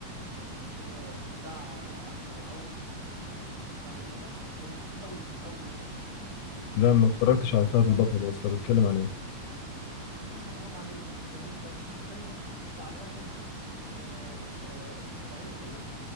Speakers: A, on the right; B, on the left.
A: اسمه ايه يا بتاع آه، احمد العوضي اسمه ايه فهد البطل جامد قوي قوي يا اسطى
B: لا
A: فهد
B: ما
A: البطل
B: اتفرجتش
A: ده جامد
B: على فهد
A: فشخ
B: البطل يا اسطى بيتكلم عن ايه
A: يا عم حرام عليك يا عم ده جامد فشخ بيتكلم يا اسطى عن واحد آه، كان آه، في الصعيد وكده